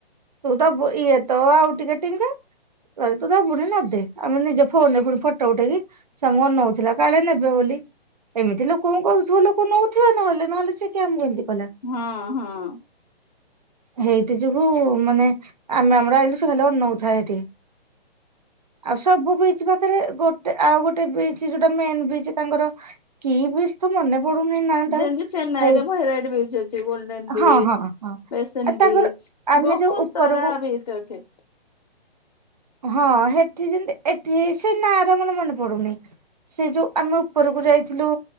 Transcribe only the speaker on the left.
ହଁ ହଁ।
ଯେନ୍ତି ଚେନ୍ନାଇରେ
ଭାଇରାଇଟ ବିଚ ହେଛି ଗୋଲଡନ ବୀଚ
ବେସନ
ବିଚ।
ବହୁତ
ସାରା ବିଚି ଅଛି।